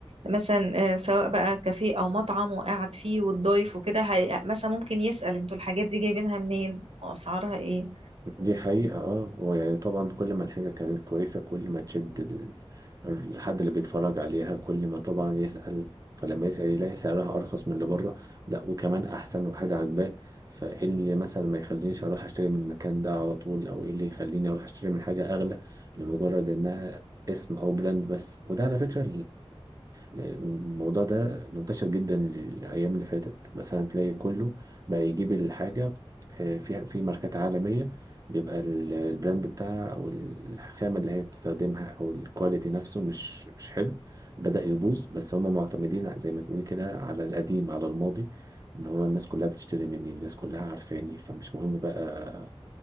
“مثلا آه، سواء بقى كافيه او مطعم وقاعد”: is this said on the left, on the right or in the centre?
Right